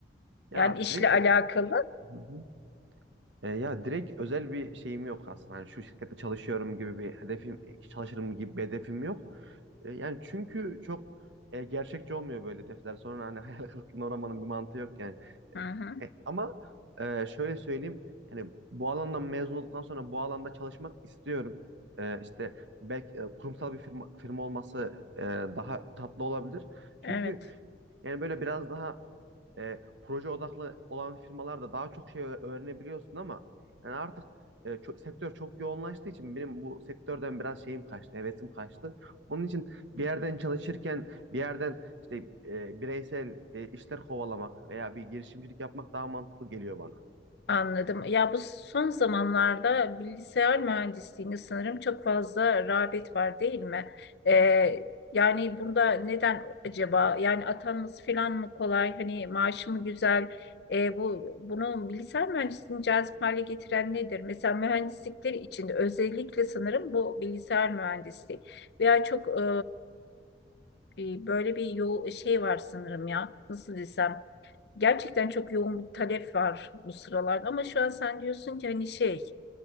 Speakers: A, on the right; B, on the left.
A: Ya
B: Yani işle
A: direkt
B: alakalı.
A: Hı hı. E, ya direkt özel bir şeyim yok aslında. Hani şu şirkette çalışıyorum gibi bir hedefim, e, çalışırım gibi bir hedefim yok. E, yani çünkü çok e, gerçekçi olmuyor böyle hedefler. Sonra hani <laughs> hayal kırıklığına uğramanın bir mantığı yok yani.
B: Hı
A: E,
B: hı.
A: e, ama e, şöyle söyleyeyim. Yani bu alandan mezun olduktan sonra bu alanda çalışmak istiyorum. E, işte belki e, kurumsal bir firma, firma olması e, daha tatlı olabilir. Çünkü
B: Evet.
A: yani böyle biraz daha e, proje odaklı olan firmalarda daha çok şey öğ- öğrenebiliyorsun ama yani artık e, ço- sektör çok yoğunlaştığı için benim bu sektörden biraz şeyim kaçtı, hevesim kaçtı. Onun için bir yerden çalışırken bir yerden işte e, bireysel e, işler kovalamak veya bir girişimcilik yapmak daha mantıklı geliyor bana.
B: Anladım. Ya bu son zamanlarda bilgisayar mühendisliğinde sanırım çok fazla rağbet var değil mi? Ee, yani bunda neden acaba? Yani atanması falan mı kolay? Hani maaşı mı güzel? Ee, bu bunu bilgisayar mühendisliğini cazip hale getiren nedir? Mesela mühendislikler içinde özellikle sanırım bu bilgisayar mühendisliği veya çok e, e, böyle bir yol şey var sanırım ya. Nasıl desem? Gerçekten çok yoğun bir talep var bu sıralarda ama şu an sen diyorsun ki hani şey